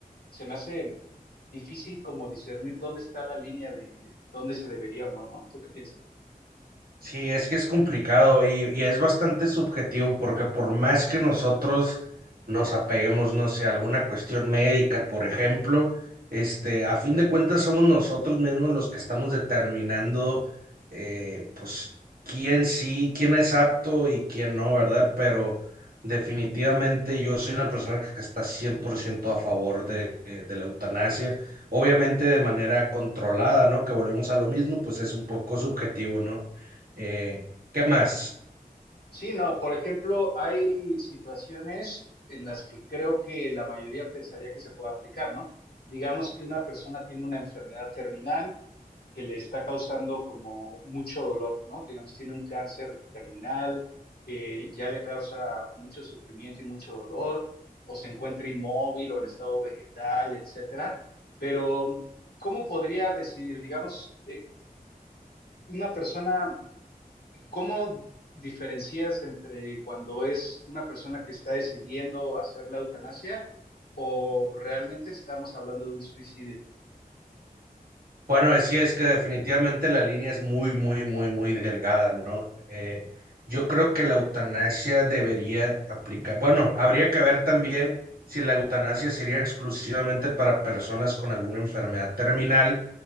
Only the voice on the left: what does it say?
se me hace difícil como discernir dónde está la línea de dónde se debería o no, ¿no? ¿Tú qué piensas?
Sí, no, por ejemplo, hay situaciones en las que creo que la mayoría pensaría que se puede aplicar, ¿no? Digamos que una persona tiene una enfermedad terminal que le está causando como mucho dolor, ¿no? Digamos, tiene un cáncer terminal que ya le causa mucho sufrimiento y mucho dolor, o se encuentra inmóvil o en estado vegetal, etcétera. Pero, ¿cómo podría decidir, digamos, eh, una persona ¿Cómo diferencias entre cuando es una persona que está decidiendo hacer la eutanasia o realmente estamos hablando de un suicidio